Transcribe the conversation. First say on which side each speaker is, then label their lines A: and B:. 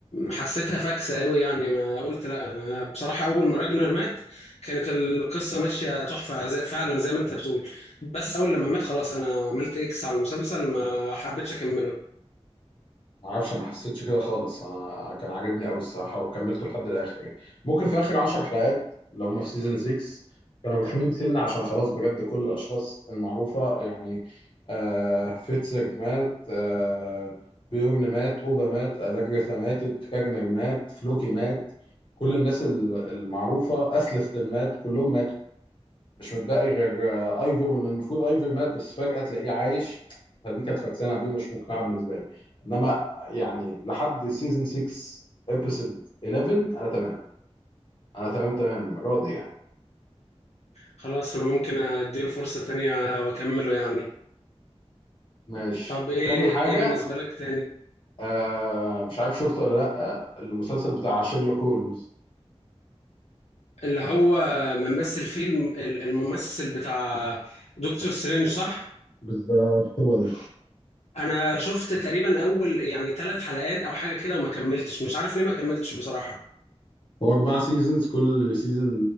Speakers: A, on the left; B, on the left.
A: حسيتها فاكسه قوي يعني ما قلت لا انا بصراحه اول ما راجنر مات كانت القصه ماشيه تحفه زي... فعلا زي ما انت بتقول بس اول لما مات خلاص انا عملت اكس على المسلسل ما حبيتش اكمله
B: ما اعرفش ما حسيتش كده خالص انا كان عاجبني قوي الصراحه وكملته لحد الاخر يعني ممكن في اخر 10 حلقات لو هم في سيزون 6 كانوا رخمين سنه عشان خلاص بجد كل الاشخاص المعروفه يعني آه فيتسك مات آه بيورن مات اوبا مات الاجريثا ماتت كاجنر مات فلوكي مات كل الناس ال- المعروفه اسلستن مات كلهم ماتوا مش متبقي غير آه، ايفر واللي المفروض ايفر مات بس فجأة تلاقيه عايش فدي كانت فاكسانة دي مش مقنعة بالنسبة لي انما يعني لحد سيزون 6 ابيسود 11 انا تمام انا تمام تمام راضي يعني
A: خلاص انا ممكن اديله فرصه تانية واكمله يعني
B: ماشي
A: طب ايه
B: تاني حاجة
A: ايه بالنسبه لك تاني
B: آه مش عارف شفته ولا لأ المسلسل بتاع شيرلوك هولمز
A: اللي هو ممثل فيلم الممثل بتاع دكتور سترينج صح؟
B: بالظبط هو ده
A: انا شفت تقريبا اول يعني ثلاث حلقات او حاجه كده وما كملتش مش عارف ليه ما كملتش بصراحه
B: هو أربع سيزونز كل سيزون